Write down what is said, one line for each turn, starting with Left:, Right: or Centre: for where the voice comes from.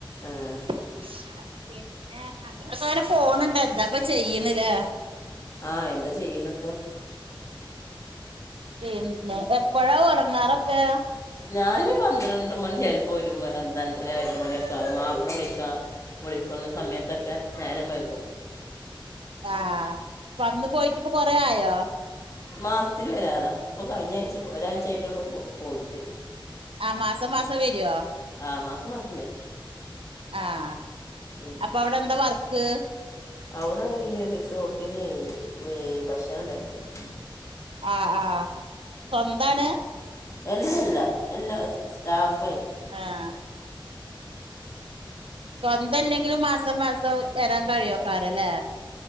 Left: ആഹ്
Right: പിന്നെ ഞങ്ങൾതൊക്കങ്ങനെ പോണ്‌ണ്ട് എന്താപ്പ ചെയ്യ്ണ്ലേ
Left: ആഹ് എന്താ ചെയ്യ്ണ്പ്പം
Right: പിന്നെ എപ്പഴാ ഒറങ്ങാറൊക്കെ?
Left: ഞാന് പന്ത്രണ്ട് മണി ചിലപ്പോ ഒരു പന്ത്രണ്ടര ഒരു മണിക്കെ ആവും മാപ്പള വിളിക്കാ വിളിക്കുന്ന സമയത്തൊക്കെ നേരം വയ്കും
Right: ആഹ് വന്ന് പോയിട്ടിപ്പൊ കൊറേ ആയോ?
Left: മാസത്തിൽ വരാറാഇപ്പൊ കഴിഞ്ഞ ആഴ്ച ഒരാഴ്ച ആയിറ്റുള്ളൂ പോയിറ്റ്
Right: ആ മാസം മാസം വരുവോ
Left: ആ മാസം മാസം വരും
Right: ആഹ്
Left: ഉം.
Right: അപ്പൊ അവിടെ എന്താ വർക്ക്
Left: അവിടെ ഈ റിസോർട്ടില് ഭക്ഷണംണ്ടാക്കി കൊടുക്കാ
Right: ആ ആഹ് സ്വന്താണ്
Left: അല്ലല്ല എല്ലാ സ്റ്റാഫായിട്ട്
Right: ആഹ് സ്വന്തല്ലെങ്കിലും മാസം മാസം വരാൻ കഴിയോക്കാരല്ലേ